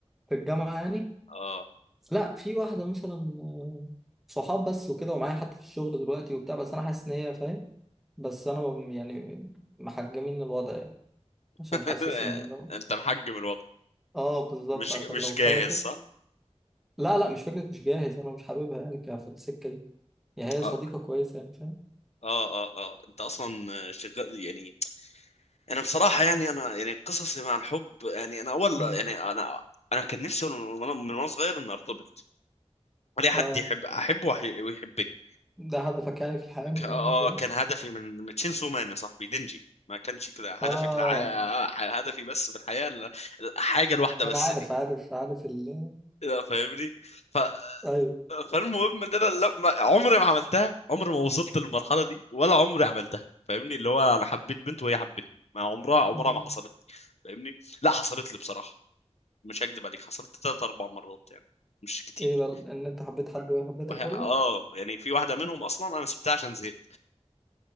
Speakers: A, in the centre; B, on the left.
A: في الجامعه يعني
B: اه
A: لا في واحده مثلا آه، صحاب بس وكده ومعايا حتى في الشغل دلوقتي وبتاع بس انا حاسس ان هي فاهم بس انا ب- يعني محجمين الوضع يعني عشان
B: <laughs>
A: حاسس ان لو
B: انت محجم الوضع
A: اه بالظبط
B: مش
A: عشان
B: مش
A: لو
B: جاهز
A: فلتت
B: صح
A: لا لا مش فكره مش جاهز انا مش حاببها يعني ك- في السكه دي يعني هي
B: اه
A: صديقه كويسه يعني فاهم
B: اه اه اه انت اصلا شغال يعني انا بصراحه يعني انا يعني قصصي مع الحب يعني انا اول
A: امم
B: يعني انا انا كان نفسي وانا من وانا من وأنا صغير ان ارتبط اي حد
A: اه
B: يحب احبه وحي- ويحبني
A: ده هدفك يعني في الحقيقة
B: ك- اه
A: أول ما اتولدت؟
B: آه، كان هدفي من تشينسو مان يا صاحبي دينجي ما كانش كده هدفي
A: آه
B: في الحياة هدفي بس في الحياة ال- الحاجة الواحدة
A: أنا
B: بس
A: عارف
B: دي
A: عارف عارف ال
B: لا فاهمني ف... آه،
A: أيوه
B: فالمهم ان انا لما عمري ما عملتها عمري ما وصلت للمرحله دي ولا عمري عملتها فاهمني اللي هو انا حبيت بنت وهي حبتني ما عمرها عمرها
A: مم.
B: ما حصلت لي، فاهمني لا حصلت لي بصراحه مش هكدب عليك حصلت ثلاث اربع مرات يعني مش كتير
A: إيه بقى إن أنت حبيت حد وهي حبيتك
B: وهي
A: برضه؟
B: اه يعني في واحده منهم اصلا انا سبتها عشان زهقت